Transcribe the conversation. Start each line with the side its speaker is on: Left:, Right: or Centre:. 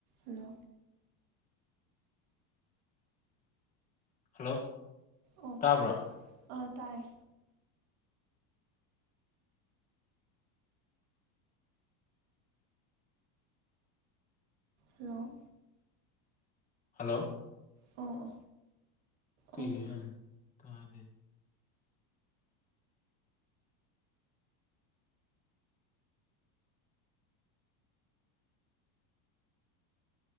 Right: ꯍꯗꯣ
Left: ꯍꯜꯂꯣ
Right: ꯑꯣ
Left: ꯇꯥꯕ꯭ꯔꯥ
Right: ꯑꯥ ꯇꯥꯏ ꯍꯂꯣ
Left: ꯍꯜꯂꯣ
Right: ꯑꯣ
Left: ꯀꯩꯖꯅ
Right: ꯑꯣ
Left: ꯊꯗ